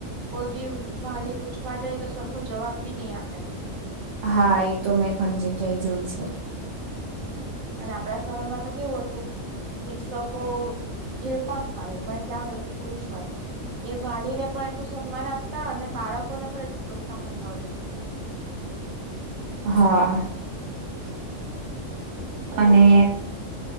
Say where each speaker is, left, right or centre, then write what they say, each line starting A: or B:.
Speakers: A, on the right (about 85°); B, on the right (about 70°).
A: કોઈ બી વાલી પૂછવા જાય તો સરખો જવાબ બી નહી આપે.
B: હા એ તો મેં ઘણી જગ્યા એ જોયું છે.
A: અને આપણા સમયમાં તો કેવું હતું શિક્ષકો જે પણ હોય મહિલા હોય કે પુરુષ હોય એ વાલીને પણ એટલું સન્માન આપતા અને બાળકોને પણ એટલું પ્રોત્સાહન મળતું હતું.
B: હા.
A: એવું
B: અને.
A: છે